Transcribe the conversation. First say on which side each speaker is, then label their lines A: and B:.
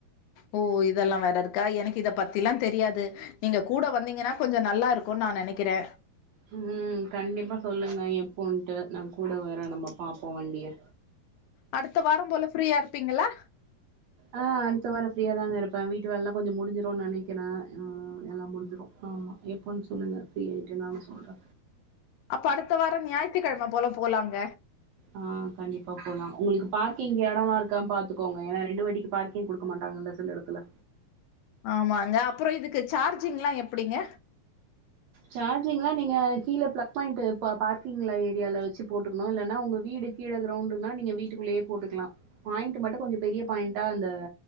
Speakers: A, on the left; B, on the right.
A: ஓ இதெல்லா வேற இருக்கா எனக்கு இத பத்தில்லா தெரியாது நீங்க கூட வந்தீங்கனா கொஞ்ச நல்லா இருக் கு நா நெனைக்கறே
B: உம் கண்டிப்பா சொல்லுங்க எப்போன்ட்டு நாகூட வேறே நம்ம பாப்போ வண்டியை
A: அடுத்த வாரம் போல ஃப்ரீயா இருப்பீங்களா
B: ஆ அடுத்த வாரோ ஃப்ரீயா தாங்க இருப்பே வீட்டு வேலல்லா கொஞ்ச முடுஞ்சிடுனு நெனைக்கிறே எல்லா முடிஞ்சிடு ஆமா எப்போன்னு சொல்லுங்க ஃப்ரீயிட்டு நானு சொல்றே
A: அப்ப அடுத்த வாரோ ஞாயித்துக்கெழம போல போலாங்க
B: ஆ கண்டிப்பா போலா உங்ளுக்கு பார்கிங் இடோல்லா இருக்கான்னு பாத்துக்கோங்க ஏனா ரெண்டு வாட்டிக்கு பார்கிங் கு டுக்க மாட்டாங்கல்ல சில இடத்துல
A: ஆமாங்க அப்றோ இதுக்கு சார்ஜிங்ல்லா எப்டிங்க
B: சார்ஜிங்லா நீங்க கீழே பிளக் பாயிண்ட் பார்கிங் ஏரியால வெச்சு போட்டுக்ணு இல்லைன்னா உங்க வீடு கீழ கிரௌண்டுனா நீங்க வீட்டுக்குள்ளயே போட்டுக்கலா பாயிண்ட் மட்டு கொஞ்ச பெரிய பாயிண்ட்டா அந்த